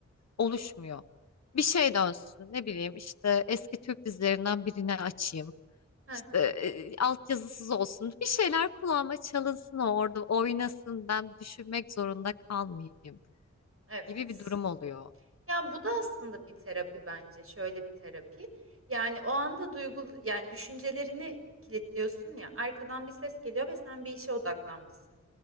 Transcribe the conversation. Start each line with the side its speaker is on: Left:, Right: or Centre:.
Left: oluşmuyor. Bir şey dönsün ne bileyim işte eski Türk dizilerinden birini açayım.
Right: Hı
Left: İşte
Right: hı.
Left: e, altyazısız olsun. Bir şeyler kulağıma çalınsın o orada oynasın ben düşünmek zorunda kalmayayım
Right: Evet.
Left: gibi bir durum oluyor.
Right: Ya bu da aslında bir terapi bence. Şöyle bir terapi. Yani o anda duygu yani düşüncelerini kilitliyorsun ya. Arkadan bir ses geliyor ve sen bir işe odaklanmışsın.